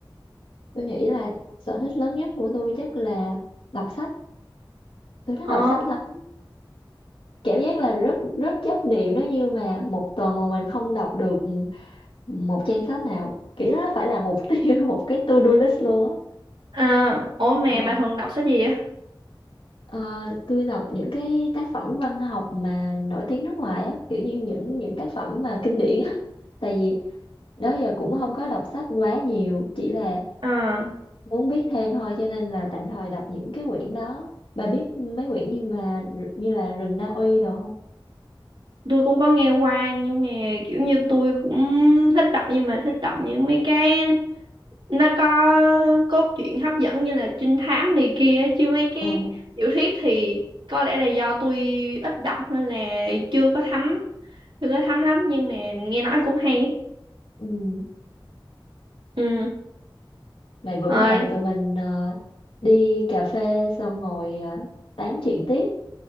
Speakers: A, on the left; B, on the right.
A: tôi nghĩ là sở thích lớn nhất của tôi chắc là đọc sách. Tôi thích
B: Ồ,
A: đọc sách lắm. Cảm giác là rất rất chấp niệm đó như mà một tuần mà mình không đọc được một trang sách nào kỹ đó phải là mục tiêu <laughs> một cái to-do list luôn á
B: à, ủa mẹ
A: Ờ,
B: bà thường đọc sách gì á?
A: ờ, tôi đọc những cái tác phẩm văn học mà nổi tiếng nước ngoài á kiểu như những những tác phẩm mà kinh điển á <laughs> tại vì đó giờ cũng không có đọc sách quá nhiều chỉ là
B: À,
A: muốn biết thêm thôi cho nên là tạm thời đọc những cái quyển đó bà biết mấy quyển như mà như là rừng Na Uy đồ không
B: tôi cũng có nghe qua nhưng mà kiểu như tôi cũng thích đọc nhưng mà thích đọc những mấy cái nó có cốt truyện hấp dẫn như là trinh thám này kia á, chứ mấy cái
A: à,
B: tiểu thuyết thì có lẽ là do tôi ít đọc nên là chưa có thấm chưa có thấm lắm nhưng mà nghe nói cũng hay á.
A: ừ.
B: Ừ.
A: vậy bữa
B: Rồi,
A: nào tụi mình ờ, đi cà phê xong ngồi ờ, tám chuyện tiếp